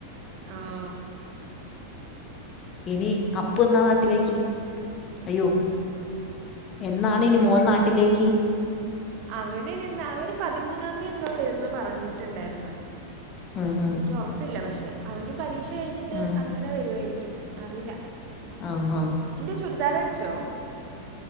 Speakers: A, on the right; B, on the left.
A: ആഹ്
B: ഇനി അപ്പു എന്നാ നാട്ടിലേക്ക് അയ്യോ എന്നാണ് ഇനി മോൻ നാട്ടിലേക്ക്
A: അവനിനി എന്ന അവന് പതിമൂന്നാംതി എന്താ വരുന്ന് പറഞ്ഞിട്ടുണ്ടാര്ന്ന്
B: ഉം ഹും,
A: എനിക്ക് ഉറപ്പില്ല പക്ഷെ അവന്റെം പരീക്ഷ കഴിഞ്ഞിട്ട്
B: ഉം.
A: അങ്ങനെ വരുവാരിക്കും അറിയില്ല
B: ഔ ഹൗ
A: ഇന്റെ ചുരിദാറ് അടിച്ചോ